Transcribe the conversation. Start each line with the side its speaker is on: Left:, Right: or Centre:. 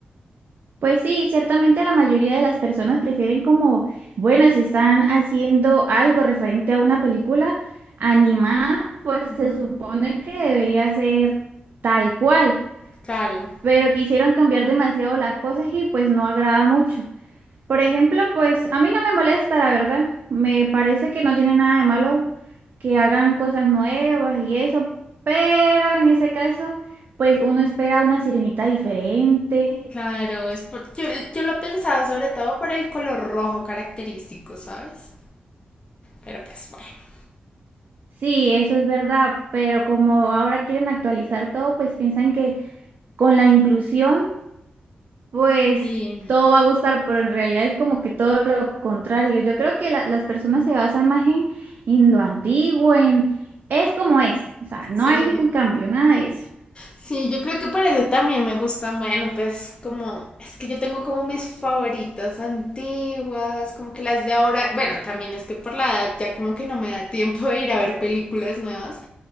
Right: Pues sí, ciertamente la mayoría de las personas prefieren como, bueno, si están haciendo algo referente a una película animada, pues
Left: Ujú.
Right: se supone que debería ser tal cual,
Left: Claro,
Right: pero quisieron cambiar demasiado las cosas y pues no agrada mucho. Por ejemplo, pues a mí no me molesta, la verdad. Me parece que no tiene nada de malo que hagan cosas nuevas y eso, pero en ese caso, pues uno espera una sirenita diferente
Left: claro, es por... yo, yo lo pensaba sobre todo por el color rojo característico, ¿sabes? Pero pues bueno.
Right: Sí, eso es verdad, pero como ahora quieren actualizar todo, pues piensan que con la inclusión, pues
Left: Sí,
Right: todo va a gustar, pero en realidad es como que todo lo contrario. Yo creo que la- las personas se basan más en, en lo antiguo, en es como es, o sea, no
Left: sí,
Right: hay ningún cambio, nada de eso.
Left: sí, yo creo que por eso también me gusta, bueno, pues como, es que yo tengo como mis favoritas antiguas, como que las de ahora, bueno, también es que por la edad ya como que no me da tiempo de ir a ver películas nuevas,